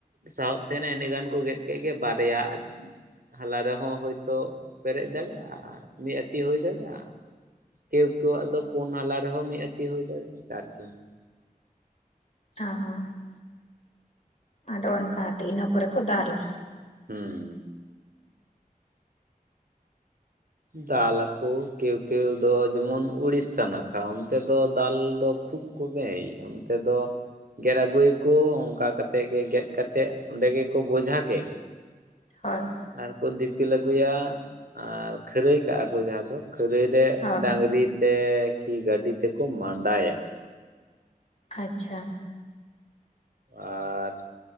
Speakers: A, on the right; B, on the left.
A: ᱥᱟᱦᱚᱵ ᱛᱮ ᱤᱱᱟᱹ ᱜᱟᱱ ᱠᱚ ᱜᱮᱫ ᱠᱮᱜ ᱜᱮ ᱵᱟᱨᱭᱟ ᱦᱟᱞᱟ ᱨᱮᱦᱚᱸ ᱦᱳᱭᱛᱚ ᱯᱮᱨᱮᱡ ᱫᱟᱲᱮᱜᱼᱟ ᱢᱤᱫ ᱟᱹᱴᱤ ᱦᱩᱭ ᱫᱟᱲᱮᱼᱟ ᱾ ᱠᱮᱣ-ᱠᱮᱣᱟᱜ ᱫᱚ ᱯᱩᱱ ᱦᱟᱞᱟ ᱨᱮᱦᱚᱸ ᱢᱤᱫ ᱟᱹᱴᱤ ᱦᱩᱭ ᱫᱟᱲᱮᱼᱟ ᱡᱟᱨ ᱡᱮᱢᱚᱱ ᱾
B: ᱟᱸ-ᱦᱟᱸ ᱾ ᱟᱫᱚ ᱚᱱᱠᱟ ᱛᱮ ᱤᱱᱟᱹ ᱯᱚᱨᱮ ᱠᱚ ᱫᱟᱞᱟ ᱾
A: ᱦᱩᱸᱻ ᱾ ᱫᱟᱞ ᱟᱠᱚ ᱠᱮᱣ ᱠᱮᱣ ᱫᱚ ᱡᱮᱢᱚᱱ ᱩᱲᱤᱥᱥᱟ ᱱᱟᱠᱷᱟ ᱚᱱᱛᱮ ᱫᱚ ᱫᱟᱞ ᱫᱚ ᱠᱷᱩᱵ ᱠᱚᱜᱮᱭ ᱚᱱᱛᱮ ᱫᱚ ᱜᱮᱫ ᱟᱹᱜᱩᱭᱟᱠᱚ ᱚᱱᱠᱟ ᱠᱟᱛᱮᱫ ᱜᱮ ᱜᱮᱫ ᱠᱟᱛᱮᱜ ᱚᱸᱰᱮ ᱜᱮᱠᱚ ᱵᱚᱡᱷᱟ ᱠᱮᱫ ᱜᱮ
B: ᱦᱳᱭ
A: ᱟᱨ ᱠᱚ ᱫᱤᱯᱤᱞ ᱟᱹᱜᱩᱭᱟ ᱟᱨ ᱠᱷᱟᱹᱨᱟᱹᱭ ᱠᱟᱜᱼᱟ ᱠᱚ ᱡᱟᱦᱟᱸ ᱫᱚ ᱠᱷᱟᱹᱨᱟᱹᱭ ᱥᱮ
B: ᱦᱳᱭ
A: ᱰᱟᱝᱨᱤ ᱛᱮ ᱠᱤ ᱜᱟᱹᱰᱤ ᱛᱮᱠᱚ ᱢᱟᱰᱟᱭᱟ
B: ᱟᱪᱪᱷᱟ
A: ᱟᱨ